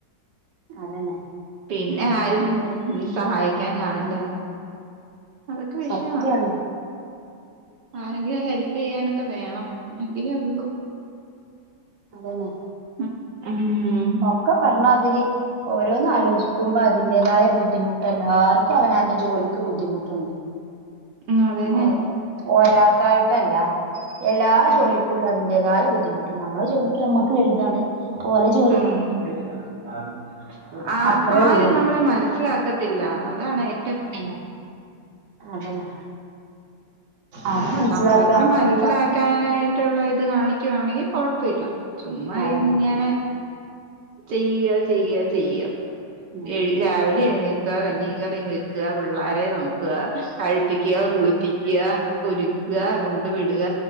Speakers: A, on the right; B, on the right.
A: അതന്നെ
B: പിന്നെ ആരും സഹായിക്കാൻ കാണില്ല അതൊക്കെ വിഷയാ
A: സത്യാണ്
B: ആരെങ്കിലഹെൽപ് ചെയ്യാനൊക്കെ വേണം എന്നെങ്കിലേ ഉള്ളൂ
A: അതന്നെ
B: ഉം
A: ഒക്കെ പറഞ്ഞാതിരി ഓരോന്ന് ആലോചിക്കുമ്പോ അതിന്റേതായ ബുദ്ധിമു എല്ലാർക്കും അവനന്റെ ജോലിക്ക് ബുദ്ധിമുട്ടുണ്ട്
B: ഉം അതന്നെ
A: ഓ ഒരാക്കായിട്ടല്ല എല്ലാ
B: ആ
A: ജോലി അതിന്റത ബുധിമുട്ട് നമ്മെ ജോലിക്ക് നമക്ക് വലുതാണ് അപ്പോലെ ജോ
B: ആഹ് ആ
A: അത്രേ
B: ആരും
A: ഉള്ളൂ
B: നമ്മളെ മനസ്സിലാ ക്കത്തില്ല അതാണ് എ
A: അല്ല അതന്നെ അത് മനസ്സിലാക്ക
B: നമ്മളെക്കൂടെ മനസ്സിലാക്കാനായി
A: ഈ പറഞ്ഞ
B: ള്ള ഇത് കാണിക്കുവാണെങ്കിൽ കുഴപ്പമില്ല ചുമ്മാ
A: അതന്നെ
B: ഇങ്ങനെ ചെയ്യ ചെയ്യ ചെയ്യ
A: ഉം
B: എഴ രാവിലെ എഴുന്നേക്കുക കഞ്ഞീ കറിയും വയ്ക്കുക പുള്ളേരെ നോക്ക കഴപ്പിക്കുക
A: ഉം
B: കുളിപ്പിക്കുക ഒരുക്ക കൊണ്ടു വിടുക